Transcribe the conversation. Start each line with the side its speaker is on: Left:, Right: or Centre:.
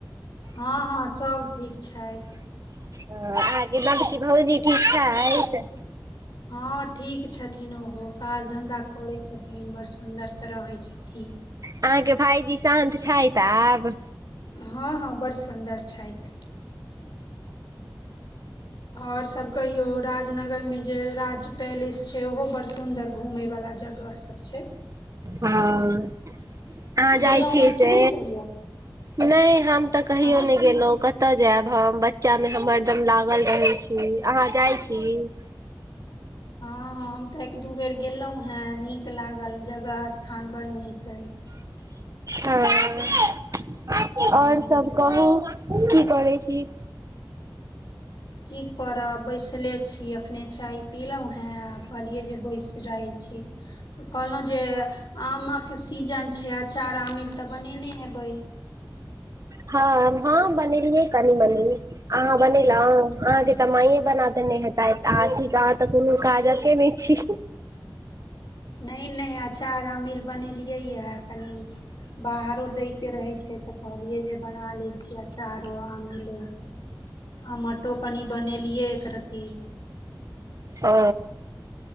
Left: हँ हँ सब ठीक छथि।
Right: ओ अहाँके नबकी भउजी ठीक छैथ।
Left: हँ ठीक छथि। न ओहो काज धंधा करै छथिन बड़ सुन्दर से रहै छथिन।
Right: अहाँके भाईजी शान्त छथि आब?
Left: हँ हँ बड़ सुन्दर छैथ। आऔर सब कहियौ राजनगरमें जे राज पैलेस छैय ओहो बड्ड सुंदर घूमे वाला जगह सब छैय।
Right: हँ आहाँ
Left: गेलहुँ
Right: जाइ छियै
Left: हेँ
Right: से?
Left: कि नहि कहियौ
Right: नहि हम तऽ कहियो
Left: अहाँ
Right: नहि गेलहुँं क तय जायब हम बच्चामे हम हरदम लागल रहै छी अहाँ जाइ छी? <inaudible>
Left: हँ हँ हम तऽ एक दू बेर गेलहुॅं हें नीक लागल जगह स्थान बड़ नीक अय।
Right: हँ
Left: हूँ
Right: आओर सभ कहू की करैत छी?
Left: की करब बैसले छी एखने चाय पीलौ हे आ कहलियै जे बैस रहैए छी। कहलौ जे आमक सीजन छैय अचार आमील तऽ बनेने हेबै।
Right: हँ हँ बनेलियै कनी मनी। अहाँ बनेलहु अहाँके तऽ माइए बना देने हेतैथ आथी अहाँ तऽ कोनो काजक केने छी।
Left: नहि नहि अचार अमील बनेलियैया कनि। बाहरो दैके रहैत छैय तऽ कहलियै जे बना लै छियै अचारो आमिलो। आमटो कनि बनेलियै एक रत्ती।
Right: ओ